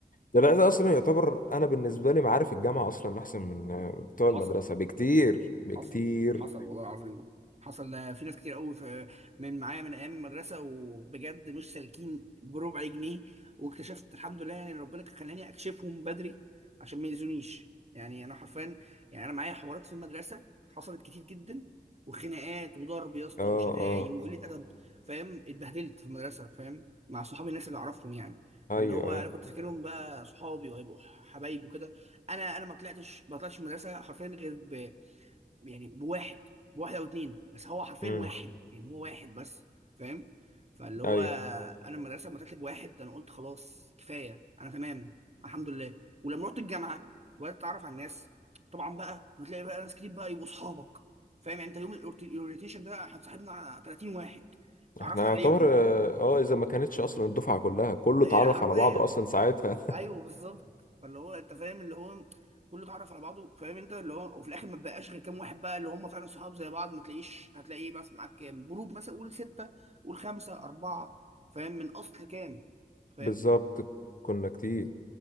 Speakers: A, on the left; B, on the right.
A: ده لا ده اصلا يعتبر انا بالنسبه لي معارف الجامعه اصلا احسن من آه، بتوع
B: حصل
A: المدرسه بكتير بكتير
B: حصل حصل والله العظيم حصل ده في ناس كتير قوي في من معايا من ايام المدرسه وبجد مش سالكين بربع جنيه واكتشفت الحمد لله يعني ربنا كان خلاني اكشفهم بدري عشان ما يأذونيش يعني انا حرفيا يعني انا معايا حوارات في المدرسه حصلت كتير جدا وخناقات وضرب يا اسطى
A: اه
B: وشتايم
A: اه
B: وقله ادب فاهم اتبهدلت في المدرسه فاهم مع صحابي الناس اللي اعرفهم يعني
A: ايوه
B: فاللي هو
A: ايوه
B: انا كنت فاكرهم بقى صحابي وهيبقوا حبايب وكده انا انا ما طلعتش ما طلعتش من المدرسه حرفيا غير يعني بواحد بواحد او اتنين بس هو حرفيا
A: امم
B: واحد يعني هو واحد بس فاهم فاللي هو
A: ايوه
B: انا المدرسه لما طلعت بواحد انا قلت خلاص كفايه انا تمام الحمد لله ولما رحت الجامعه وبدات اتعرف على الناس طبعا بقى بتلاقي بقى ناس كتير بقى يبقوا اصحابك فاهم يعني انت يوم الاورينتيشن ده احنا صاحبنا 30 واحد اتعرفنا
A: احنا يعتبر
B: عليهم
A: اه آه، اذا ما كانتش اصلا الدفعه كلها كله
B: يعني
A: اتعرف
B: حرفيا
A: على بعضه اصلا ساعتها
B: ايوه بالظبط فاللي هو انت فاهم اللي هو كله اتعرف على بعضه فاهم انت اللي هو وفي الاخر ما بقاش غير كام واحد بقى اللي هم فعلا صحاب زي بعض ما تلاقيش هتلاقيه بس معاك كام جروب مثلا قول سته قول خمسه اربعه فاهم من اصل كام
A: <laughs>
B: فاهم
A: بالظبط كنا كتير